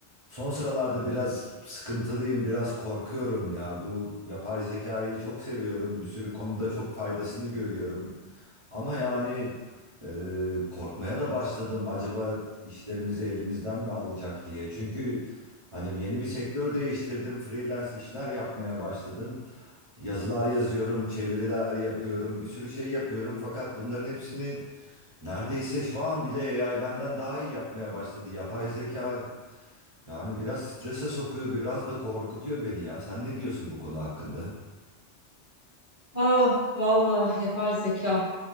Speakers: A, on the right; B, on the left.
A: Son sıralarda biraz sıkıntılıyım, biraz korkuyorum ya. Bu yapay zekayı çok seviyorum. Bir sürü konuda çok faydasını görüyorum. Ama yani e, korkmaya da başladım. Acaba işlerimizi elimizden mi alacak diye. Çünkü hani yeni bir sektör değiştirdim. Freelance işler yapmaya başladım. Yazılar yazıyorum, çeviriler yapıyorum, bir sürü şey yapıyorum. Fakat bunların hepsini neredeyse şu an bile AI benden daha iyi yapmaya başladı. Yapay zeka yani biraz strese sokuyor, biraz da korkutuyor beni ya. Sen ne diyorsun bu konu hakkında?
B: Ah vallahi yapay zeka.